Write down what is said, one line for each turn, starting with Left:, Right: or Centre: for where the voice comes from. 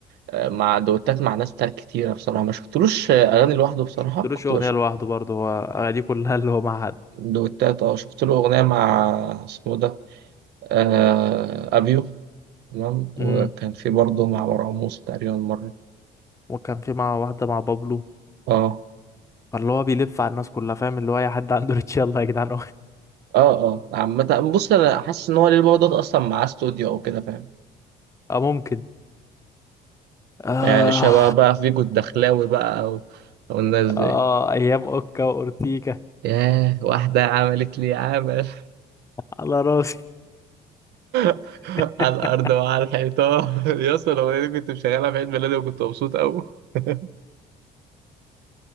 Right: آه، مع دوتات مع ناس تانية كتيرة بصراحة ما شفتلوش آه، أغاني لوحده بصراحة
Left: شفتلوش
Right: كنت
Left: اغنيه
Right: بشوف
Left: لوحده برضه هو اغانيه كلها اللي هو مع حد
Right: دوتات اه شفت له أغنية مع اسمه ده آه أبيو تمام
Left: امم
Right: وكان في برضه مع مروان موسى تقريبا مرة
Left: وكان في مع واحده مع بابلو
Right: اه
Left: فاللي هو بيلف على الناس كلها فاهم اللي هو اي حد عنده ريتش يلا يا جدعان
Right: اه اه عامة بص أنا حاسس إن هو ليه البابا دوت أصلا مع استوديو أو كده فاهم
Left: <laughs> اه ممكن آه
Right: يعني شبه بقى فيجو الدخلاوي بقى و- والناس دي
Left: اه ايام اوكا واورتيكا
Right: ياه واحدة عملت لي عمل
Left: على راسي
Right: <laughs>
Left: <laughs>
Right: على الأرض وعلى الحيطان <laughs> يا اسطى الأغنية دي كنت مشغلها في عيد ميلادي وكنت مبسوط أوي <laughs>